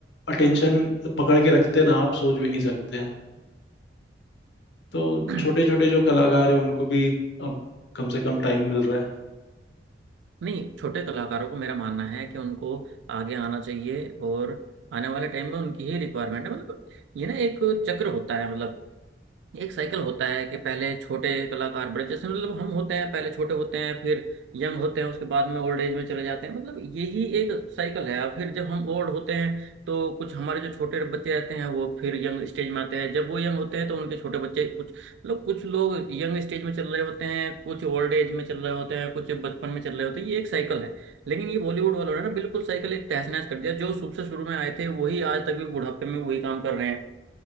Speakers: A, on the left; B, on the right.
A: अटेंशन पकड़ के रखते हैं ना आप सोच भी नहीं सकते हैं तो
B: <clears throat>
A: छोटे छोटे जो कलाकार हैं उनको भी अब कम से कम टाइम मिल रहा है
B: नहीं छोटे कलाकारों को मेरा मानना है कि उनको आगे आना चाहिए और आने वाले टाइम में उनकी ही रिक्वायरमेंट है मतलब ये ना एक चक्र होता है मतलब एक साइकिल होता है कि पहले छोटे कलाकार बड़े जैसे मतलब हम होते हैं पहले छोटे होते हैं फिर यंग होते हैं उसके बाद में ओल्ड एज में चले जाते हैं मतलब यही एक साइकिल है अब फिर जब हम ओल्ड होते हैं तो कुछ हमारे जो छोटे बच्चे रहते हैं वो फिर यंग स्टेज में आते हैं जब वो यंग होते हैं तो उनके छोटे बच्चे कुछ मतलब कुछ लोग यंग स्टेज में चल रहे होते हैं कुछ ओल्ड एज में चल रहे होते हैं कुछ बचपन में चल रहे होते हैं ये एक साइकिल है लेकिन ये बॉलीवुड वालों ने ना बिल्कुल साइकिल एक तहस नहस कर दिया जो शुरू से शुरू में आए थे वही आज तक भी बुढ़ापे में वही काम कर रहे हैं